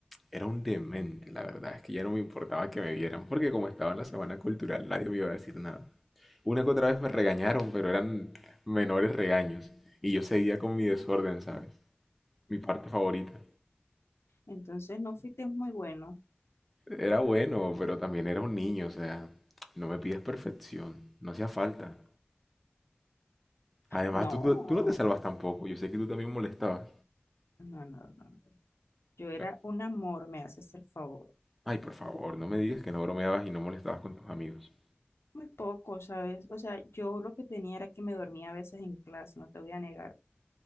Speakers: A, in the centre; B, on the left (about 80°).
A: Era un demente, la verdad. Es que ya no me importaba que me vieran porque como estaba en la semana cultural nadie me iba a decir nada. Una que otra vez me regañaron, pero eran menores regaños. Y yo seguía con mi desorden, ¿sabes? Mi parte favorita.
B: Entonces no fuiste muy bueno.
A: Era bueno, pero también era un niño, o sea, no me pides perfección, no hacía falta. Además,
B: No,
A: tú, no- tú no te salvas tampoco, yo sé que tú también molestabas.
B: no, no, no. no. Yo era
A: No.
B: un amor, me haces el favor.
A: Ay, por favor, no me digas que no bromeabas y no molestabas con tus amigos.
B: Muy poco, ¿sabes? O sea, yo lo que tenía era que me dormía a veces en clase, no te voy a negar.